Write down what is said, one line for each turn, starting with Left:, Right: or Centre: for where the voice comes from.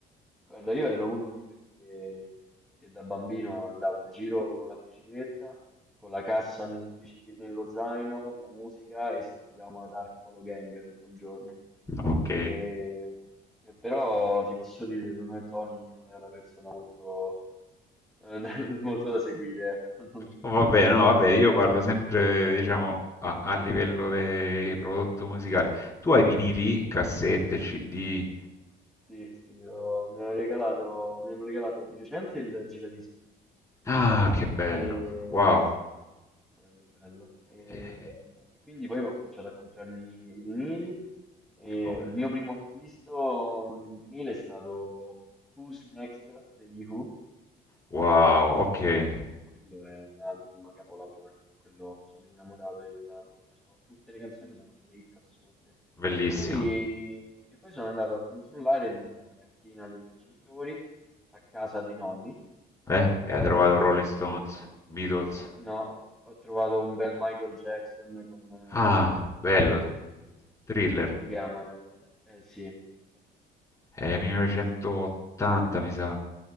Centre: Guarda, io ero uno di quelli che, che da bambino andavo in giro con la bicicletta, con la cassa nella bicic- nello zaino, la musica e sentivamo la Dark Polo Gang tutto il giorno.
Left: Ok,
Centre: E- e però ti posso dire, secondo me Tony non è una persona molto, eh, <laughs> da molto da seguire, ecco, <laughs> non,
Left: Oh, vabbè,
Centre: non ci,
Left: no,
Centre: non
Left: vabbè,
Centre: ci
Left: io
Centre: sta
Left: parlo
Centre: più troppo
Left: sempre,
Centre: simpatico.
Left: diciamo, a, a livello di prodotto musicale. Tu hai vinili, cassette, CD?
Centre: Sì, sì, ho- mi ha regalato- mi hanno regalato di recente il giradischi.
Left: Ah, che bello,
Centre: E
Left: wow.
Centre: sì, sì, bello, bello. Ehm,
Left: Eh,
Centre: E, quindi poi ho cominciato a comprarmi i vinili e
Left: oh.
Centre: il mio primo acquisto di un vinile è stato Who's Next degli Who
Left: Wow, ok.
Centre: quello è un album capolavoro, quello, sono innamorato di quell'album, sono- tutte le canzoni sono delle hit assurde.
Left: Bellissimo.
Centre: E poi, e poi sono andato a controllare nella cantina dei miei genitori, a casa dei nonni,
Left: Eh,
Centre: e
Left: e hai trovato Rolling Stones, Beatles.
Centre: ho, no, ho trovato un bel Michael Jackson con,
Left: Ah, bello.
Centre: eh, ehm,
Left: Thriller.
Centre: come si chiama? Eh, sì, sì, sì,
Left: È 1980,
Centre: sì, sì.
Left: mi sa.